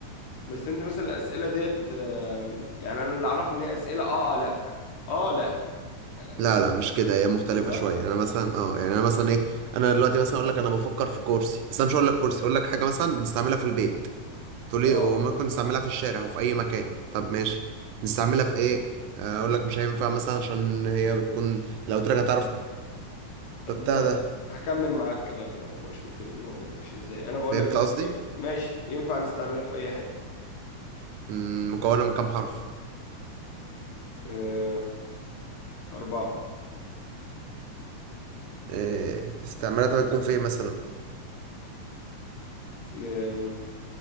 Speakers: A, on the left (about 70°); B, on the right (about 80°).
A: بس انت مثلا الأسئلة ديت آه، يعني انا اللي اعرفه ان هي أسئلة اه آه، لأ اه لأ انما
B: لا لا
A: ك-
B: مش كده هي مختلفة
A: والله
B: شوية انا مثلا اه يعني انا مثلا ايه انا دلوقتي مثلا اقول لك انا بفكر في كرسي بس انا مش هقول لك كرسي اقول لك حاجة مثلا بنستعملها في البيت تقول لي
A: اه
B: وممكن نستعملها في الشارع وفي اي مكان طب ماشي نستعملها في ايه آه، اقول لك مش هينفع مثلا عشان هي بتكون لو قلت لك هتعرفها
A: طب
B: فبتاع
A: طب
B: ده
A: هكمل معاك كده اجرب واشوف الوضع ماشي ازاي انا بقول
B: فهمت
A: لك
B: قصدي
A: ي- ماشي ينفع نستعملها في اي حتة
B: مم، مكونة من كام حرف
A: آه، أربعة
B: إيه استعمالاتها بتكون في ايه مثلا
A: آم،